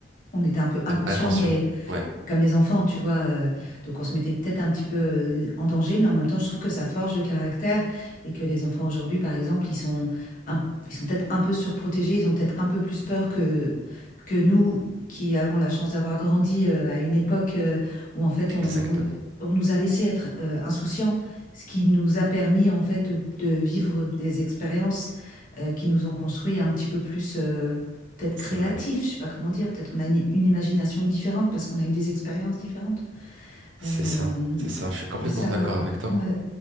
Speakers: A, on the left (about 45°); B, on the right (about 85°).
A: on était un peu inconscient,
B: inconscient.
A: mais
B: Ouais,
A: comme les enfants, tu vois. euh, donc on se mettait peut-être un petit peu euh, en danger, mais en même temps, je trouve que ça forge le caractère et que les enfants aujourd'hui, par exemple, ils sont, un- ils sont peut-être un peu surprotégés, ils ont peut-être un peu plus peur que, que nous qui avons la chance d'avoir grandi euh, à une époque euh, où en fait on,
B: exactement,
A: on nous a laissé être euh, insouciants, ce qui nous a permis en fait de vivre des expériences euh, qui nous ont construit un petit peu plus peut-être créatif,
B: c'est vrai.
A: je sais pas comment dire, peut-être qu'on a une, une imagination différente parce qu'on a eu des expériences différentes.
B: C'est
A: Euh,
B: ça, c'est ça. Je suis complètement
A: et ça,
B: d'accord avec toi.
A: ouais.